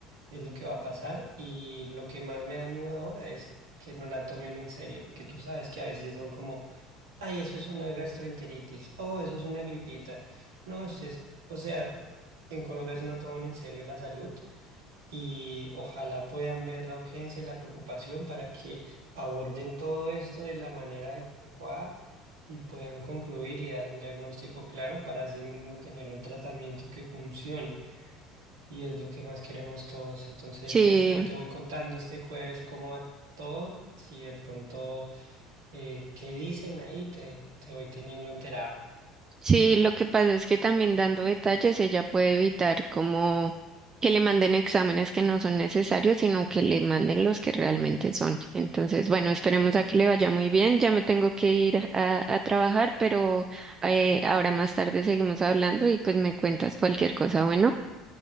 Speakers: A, on the right; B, on the right.
A: es lo que va a pasar y lo que más me da miedo ahora es que no la tomen en serio, porque tú sabes que a veces son como, ay, eso es una gastroenteritis, oh, eso es una gripita. No, esto es, o sea, en Colombia sí no toman en serio la salud y ojalá puedan ver la urgencia y la preocupación para que aborden todo esto de la manera adecuada. y puedan concluir y dar un diagnóstico claro para así mismo tener un tratamiento que funcione y es lo que más queremos todos. Entonces,
B: Sí,
A: pues yo te voy contando este jueves cómo va todo. Si de pronto, eh, qué dicen ahí, te, te voy teniendo enterada.
B: sí, lo que pasa es que también dando detalles ella puede evitar como que le manden exámenes que no son necesarios, sino que le manden los que realmente son. Entonces, bueno, esperemos a que le vaya muy bien. Ya me tengo que ir a, a trabajar, pero eh, ahora más tarde seguimos hablando y pues me cuentas cualquier cosa. Bueno.